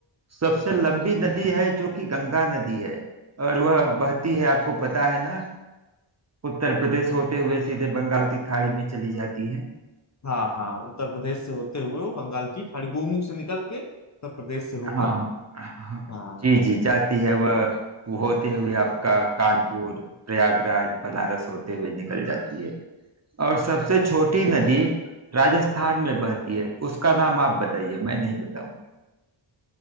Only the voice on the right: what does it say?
सबसे लंबी नदी है जो कि गंगा नदी है और वह बहती है आपको पता है ना उत्तर प्रदेश होते हुए सीधे बंगाल की खाड़ी में चली जाती है
हाँ हाँ
जी जी जाती है वह वो होते हुए आपका कानपुर प्रयागराज बनारस होते हुए निकल जाती है और सबसे छोटी नदी राजस्थान में बहती है उसका नाम आप बताइए मैं नहीं बताऊंगा